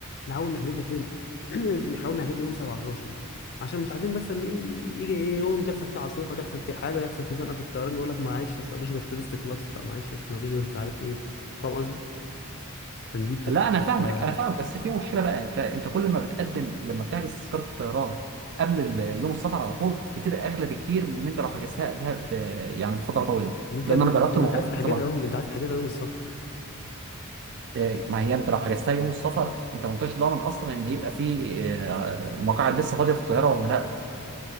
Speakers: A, on the left; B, on the right.
A: نحاول نحجزها فين <clears throat> نحاول نحجزها يوم 17 عشان مش عايزين بس ان ايه يجي ايه يوم تحصل فيه عاصفه تحصل فيه حاجه يحصل فيه زنقه في الطيران يقول لك معلش اصل مفيش غير فيرست كلاس او معلش اصل مفيش غير مش عارف ايه فاهم قصدي عشان دي بتبقى
B: لا انا
A: صعبه
B: فاهمك
A: شويه يعني
B: انا فاهمك بس في مشكله بقى انت انت كل ما بتقدم لما بتحجز تذكره الطيران قبل ال- يوم السفر على طول بتبقى اغلى بكتير من انت لو حجزتها قبلها ب... يعني بفتره طويله
A: انت
B: لان
A: يا ابني
B: انا
A: عايز
B: جربت
A: طب
B: الموضوع
A: انت عايز
B: ده
A: تحجزها
B: كذا مره
A: يوم انت عايز تحجزها يوم السفر
B: إيه، ما هي انت لو حجزتها يوم السفر انت ما انتش ضامن اصلا ان يبقى في آه، مقاعد لسه فاضيه في الطياره ولا لا